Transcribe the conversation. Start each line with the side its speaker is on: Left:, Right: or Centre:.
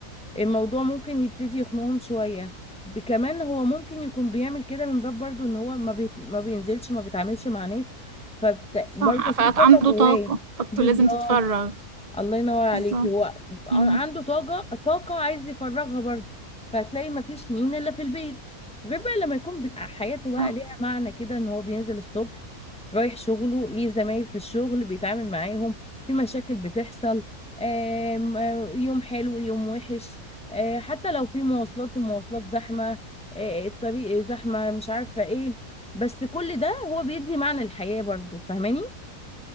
Centre: الموضوع ممكن يبتدي يخنقهم شوية ب- كمان هو ممكن يكون بيعمل كده من باب برضو ان هو ما, بي... ما بينزلش ما بيتعاملش مع ناس فبرضه
Right: صح فعنده
Centre: في طاقة جواه
Right: طاقة طاقته
Centre: بالظبط
Right: لازم تتفرغ
Centre: الله ينور عليكي
Right: بالظبط
Centre: هو ع-
Right: مم.
Centre: عنده طاقة طاقة عايز يفرغها برضه فهتلاقي مفيش مين إلا في البيت غير بقى لما يكون بت- حياته بقى
Right: صح
Centre: ليها معنى كده إن هو بينزل الصبح رايح شغله ليه زمايل في الشغل بيتعامل معاهم في مشاكل بتحصل آم، آه، يوم حلو يوم وحش آه، حتى لو في مواصلات المواصلات زحمة آه، الطريق زحمة مش عارفة ايه بس كل ده هو بيدي معنى الحياة برضه فاهماني